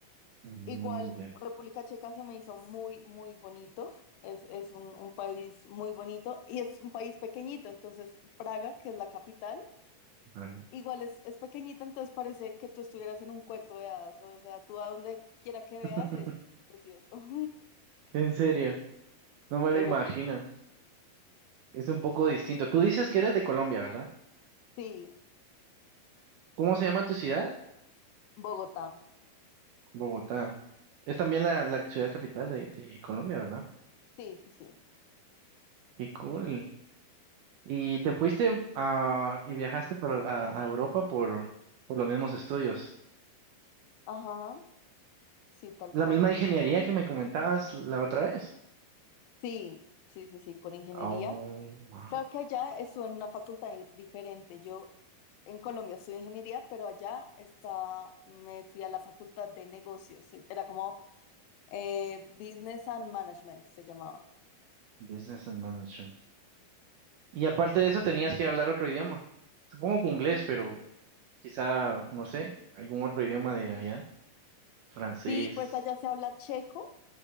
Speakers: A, on the right; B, on the left.
A: mm,
B: Igual,
A: ya,
B: República Checa se me hizo muy, muy bonito. Es, es un, un país muy bonito y es un país pequeñito. Entonces, Praga, que es la capital,
A: ajá.
B: igual es, es pequeñito, entonces parece que tú estuvieras en un cuento de hadas. O sea, tú a donde quiera que veas
A: <laughs>
B: es precioso. <laughs>
A: En serio, no me lo
B: Te
A: imagino.
B: lo-
A: Es un poco distinto. Tú dices que eres de Colombia, ¿verdad?
B: Sí,
A: ¿Cómo se llama tu ciudad?
B: Bogotá.
A: Bogotá. Es también la, la ciudad capital de, de Colombia, ¿verdad?
B: Sí, sí, sí.
A: Qué cool. Y te fuiste a, y viajaste por, a, a Europa por, por los mismos estudios.
B: Ajá, sí, tal
A: La
B: cual.
A: misma ingeniería que me comentabas la otra vez.
B: Sí, sí, sí, sí, por ingeniería.
A: Oh, wow.
B: Claro que allá estuve en una facultad di- diferente. Yo en Colombia estudié ingeniería, pero allá está, me fui a la facultad de negocios. Se- Era como eh, Business and Management se llamaba.
A: Business and Management. Y aparte de eso, tenías que hablar otro idioma. Supongo que inglés, pero quizá, no sé, algún otro idioma de allá. Francés.
B: Sí, pues allá se habla checo,